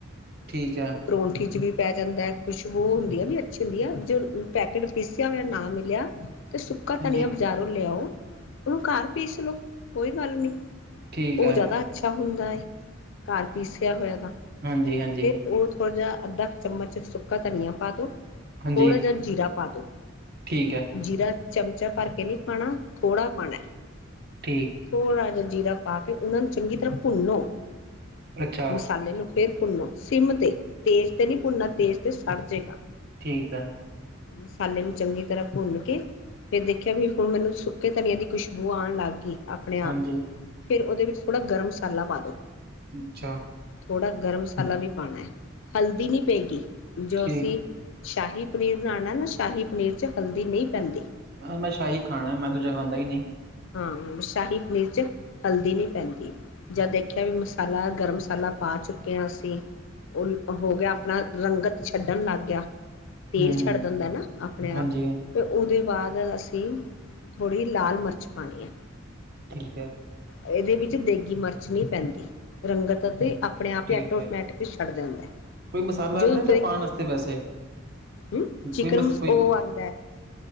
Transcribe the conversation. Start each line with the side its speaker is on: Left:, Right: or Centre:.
Right: ਠੀਕ ਆ।
Left: ਪਰੌਂਠੀ 'ਚ ਵੀ ਪੈ ਜਾਂਦਾ ਕੁਛ ਓ ਹੁੰਦੀ ਆ ਵੀ ਅੱਛੀ ਹੁੰਦੀ ਆ ਜ ਪੈਕੇਟ ਪੀਸਿਆ ਹੋਇਆ ਨਾ ਮਿਲਿਆ। ਤੇ ਸੁੱਕਾ
Right: ਹਾਂਜੀ
Left: ਧਨੀਆ ਬਜ਼ਾਰੋਂ ਲਿਆਓ ਉਹਨੂੰ ਘਰ ਪੀਸ ਲਓ। ਕੋਈ ਗੱਲ ਨੀ
Right: ਠੀਕ
Left: ਉਹ
Right: ਹੈ
Left: ਜ਼ਿਆਦਾ ਅੱਛਾ ਹੁੰਦਾ ਐ ਘਰ ਪੀਸਿਆ ਹੋਇਆ ਤਾਂ।
Right: ਹਾਂਜੀ ਹਾਂਜੀ,
Left: ਉਹ ਥੋੜਾ ਜਿਹਾ ਅੱਧਾ ਚਮਚ ਸੁੱਕਾ ਧਨੀਆ ਪਾ ਦੋ।
Right: ਹਾਂਜੀ
Left: ਥੋੜਾ ਜਿਹਾ ਜੀਰਾ ਪਾ ਦੋ
Right: ਠੀਕ ਹੈ
Left: ਜੀਰਾ ਚਮਚਾ ਭਰ ਕੇ ਨਹੀਂ ਪਾਣਾ ਥੋੜ੍ਹਾ ਪਾਣਾ।
Right: ਠੀਕ।
Left: ਥੋੜ੍ਹਾ ਜਿਹਾ ਜੀਰਾ ਪਾ ਕੇ ਉਹਨਾਂ ਨੂੰ ਚੰਗੀ ਤਰ੍ਹਾਂ ਭੁੰਨੋ
Right: ਅੱਛਾ
Left: ਮਸਾਲੇ ਨੂੰ ਫੇਿਰ ਭੁੰਨੋ ਸਿਮ ਤੇ ਤੇਜ਼ ਤੇ ਨਹੀਂ ਭੁੰਨਾਨਾ ਤੇਜ਼ ਤੇ ਸੜ ਜਾੇਗਾ
Right: ਠੀਕ ਹੈ।
Left: ਮਸਾਲੇ ਨੂੰ ਚੰਗੀ ਤਰ੍ਹਾਂ ਭੁੰਨ ਕੇ ਫਿਰ ਦੇਖਿਆ ਵੀ ਹੁਣ ਮੈਨੂੰ ਸੁੱਕੇ ਧਨੀੀਆਂ ਦੀ ਖੁਸ਼ਬੂ ਆਉਣ ਲੱਗ ਗਈ ਆਪਣੇ ਆਪ
Right: ਹਾਂਜੀ
Left: ਫਿਰ ਉਹਦੇ ਵਿੱਚ ਥੋੜ੍ਹਾ ਗਰਮ ਮਸਾਲਾ ਪਾ ਦੋ
Right: ਅੱਛਾ
Left: ਥੋੜ੍ਹਾ ਗਰਮ ਮਸਾਲਾ ਵੀ ਪਾਉਣਾ ਹੈ ਹਲਦੀ ਨੀ ਪਏਗੀ ਜੋ
Right: ਠੀਕ
Left: ਅਸੀਂ ਸ਼ਾਹੀ ਪਨੀਰ ਬਣਾਉਣਾ ਨਾ ਸ਼ਾਹੀ ਪਨੀਰ ਚ ਹਲਦੀ ਨਹੀਂ ਪੈਂਦੀ
Right: ਆਹ ਮੈਂ ਸ਼ਾਹੀ ਖਾਣਾ ਮੈਂ ਦੂਜਾ ਖਾਂਦਾ ਹੀ ਨਹੀਂ
Left: ਹਾਂ ਸ਼ਾਹੀ ਪਨੀਰ ਚ ਹਲਦੀ ਨੀ ਪੈਂਦੀ ਜਾਂ ਦੇਖਿਆ ਵੀ ਮਸਾਲਾ ਗਰਮ ਮਸਾਲਾ ਪਾ ਚੁੱਕੇ ਹਾਂ ਅਸੀਂ ਉਹ ਹੋ ਗਿਆ ਆਪਣਾ ਰੰਗਤ ਛੱਡਣ ਲੱਗ ਗਿਆ ਤੇਲ
Right: ਹੂੰ
Left: ਛੱਡ
Right: ਹੂੰ
Left: ਦਿੰਦਾ ਨਾ ਆਪਣੇ
Right: ਹਾਂਜੀ
Left: ਆਪ ਅਤੇ ਉਹਦੇ ਬਾਅਦ ਅਸੀਂ ਥੋੜ੍ਹੀ ਲਾਲ ਮਿਰਚ ਪਾਉਣੀ ਹੈ
Right: ਠੀਕ ਹ
Left: ਇਹਦੇ ਵਿੱਚ ਦੇਗੀ ਮਿਰਚ ਨਹੀਂੀ ਪੈਂਦੀ ਰੰਗਤ ਅਤੇ ਆਪਣੇ ਆਪ
Right: ਠੀਕ
Left: ਹੀ ਆਟੋਮੈਟਿਕਲੀ
Right: ਹੈ
Left: ਛੱਡਦੇ ਹੁੰਦਾ
Right: ਕੋਈ ਮਸਾਲਾ
Left: ਜ
Right: ਆਉਂਦਾ
Left: ਤੋਂ
Right: ਤੇ ਪਾਉਣ ਵਾਸਤੇ ਵੈਸੇ
Left: ਹਮ ਚਿਕਨਸ
Right: ਕੋਈ ਮਸ ਕੋਈ
Left: ਉਹ ਆਉਂਦਾ ਹੈ